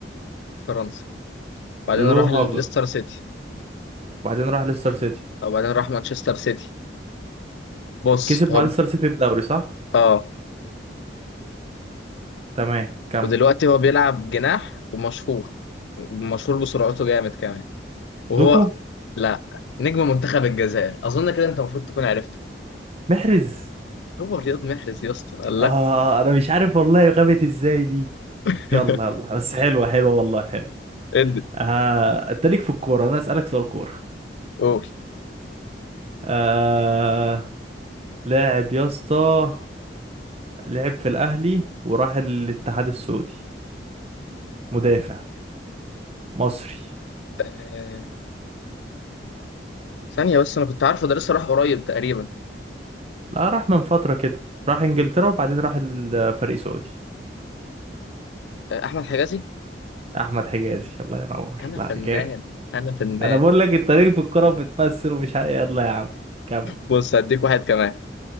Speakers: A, on the left; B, on the right.
A: فرنسا بعدين
B: لو
A: راح ليستر
B: هافر
A: سيتي
B: وبعدين راح ليستر سيتي
A: وبعدين راح مانشستر سيتي بص
B: كسب مع
A: هو
B: ليستر سيتي الدوري صح
A: اه
B: تمام كم
A: ودلوقتي هو بيلعب جناح ومشهور مشهور بسرعته جامد كمان وهو
B: دوكو
A: لا نجم منتخب الجزائر اظن كده انت المفروض تكون عرفته
B: محرز
A: هو رياض محرز يا اسطى الله
B: آه أنا مش عارف والله غابت إزاي دي
A: <laughs>
B: يلا يلا بس حلوة حلوة والله حلوة
A: ادي
B: آه أنت ليك في الكورة أنا أسألك سؤال كورة
A: قول
B: آه لاعب يا اسطى لعب في الأهلي وراح الاتحاد السعودي مدافع مصري
A: آه، ثانية بس انا كنت عارفه ده لسه راح قريب تقريبا
B: لا راح من فترة كده راح إنجلترا وبعدين راح الفريق سعودي
A: آه، احمد حجازي
B: أحمد حجازي الله ينور
A: انا
B: لا
A: فنان
B: جامد
A: انا فنان
B: أنا بقول لك أنت ليك في الكورة وبتمثل ومش عارف يلا يا عم كمل
A: بص هديك واحد كمان